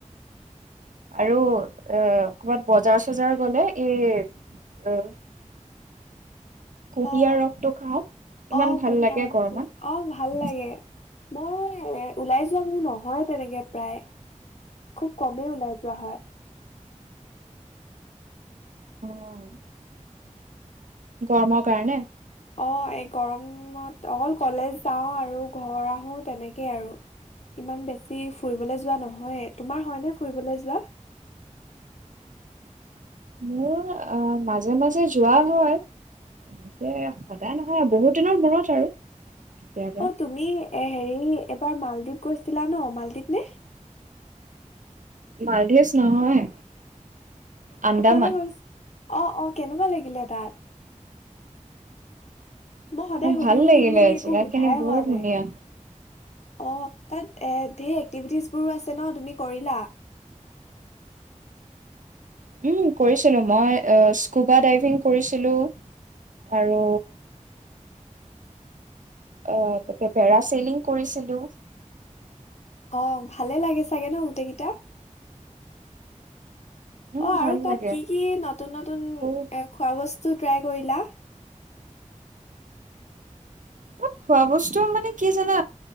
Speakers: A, on the right (about 75°); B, on the left (about 60°).
A: আৰু এ ক'বাত বজাৰ চজাৰ গ'লে এই এ। কুহিয়াৰ
B: অ',
A: ৰসটো খাওঁ ইমান
B: অ',
A: ভাল
B: কুঁহিয়াৰ
A: লাগে
B: ৰসটো
A: গৰমত।
B: অ', ভাল লাগে। মই এ, ওলাই যোৱা মুৰ নহয় তেনেকে প্ৰায় খুব কমেই ওলাই যোৱা হয়।
A: অ'। গৰমৰ কাৰণে।
B: অ', এই গৰমত দিনত অকল কলেজ যাওঁ আৰু ঘৰ আহো তেনেকেই আৰু ইমান বেছি ফুৰিবলৈ যোৱা নহয়ে, তোমাৰ হয়নে ফুৰিবলৈ যোৱা?
A: মোৰ অ', মাজে মাজে যোৱা হয় এনেকে সদায় নহয় বহুত দিনৰ মূৰত আৰু। কেতিয়াবা
B: অ', তুমি এ হেৰি এবাৰ মালদ্বীপ গৈছিলা ন' মালদ্বীপ নে?
A: মালধিভছ নহয়। আন্দামান
B: অ', ক'লে গৈছে। অ', অ', কেনেকুৱা লাগিলে তাত? মই সদায়
A: অ',
B: সুধিম
A: ভাল
B: সুধিম
A: লাগিলে
B: বুলি একো
A: জগাখিনি
B: সোধাই
A: বৰ
B: হোৱা নাই
A: ধুনিয়া।
B: অ'। তাত এ ধেৰ এক্টিভিটিজ বোৰো আছে ন' তুমি কৰিলা?
A: উম, কৰিছিলো মই স্কুবা ডাইভিং কৰিছিলো। আৰু অ', তাতে পেৰা চেলিং কৰিছিলো।
B: অ', ভালে লাগে চাগে ন' গোটেইকেইটা।
A: উম,
B: অ', আৰু
A: ভাল
B: তাত
A: লাগে।
B: কি কি নতুন নতুন
A: আৰু
B: এ খোৱা বস্তু ত' ট্ৰাই কৰিলা।
A: তাত খোৱা বস্তু মানে কি জানা